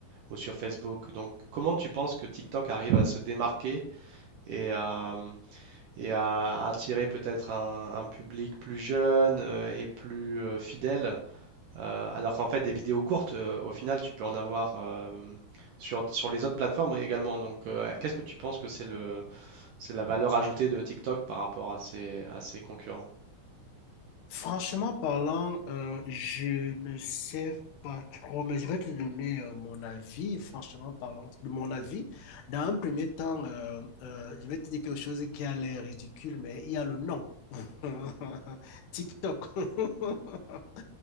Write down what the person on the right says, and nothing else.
ou sur Facebook. Donc, comment tu penses que TikTok arrive à se démarquer et à, et à attirer peut-être un, un public plus jeune euh, et plus euh, fidèle, euh, alors qu'en fait, des vidéos courtes, euh, au final, tu peux en avoir euh, sur, sur les autres plateformes également. Donc, euh, qu'est-ce que tu penses que c'est le c'est la valeur ajoutée de TikTok par rapport à ses, à ses concurrents.